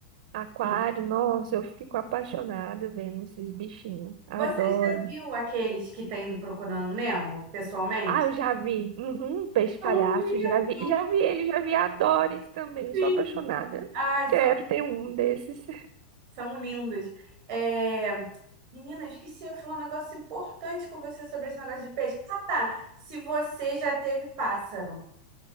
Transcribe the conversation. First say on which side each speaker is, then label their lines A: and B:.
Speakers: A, on the right; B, on the right.
A: aquários.
B: assim.
A: Nossa, eu fico apaixonada vendo esses bichinhos. Adoro.
B: Você já viu aqueles que tem do Procurando Nemo, pessoalmente?
A: Ah, eu já vi. Uhum, peixe
B: São
A: palhaço,
B: lindos,
A: já vi, já vi ele, já vi adores também.
B: sim.
A: Eu sou apaixonada.
B: Ai,
A: Quero
B: são
A: ter um desses.
B: São lindas. É... Menina, eu esqueci de falar um negócio importante com você sobre esse negócio de peixe. Ah, tá. Se você já teve pássaro.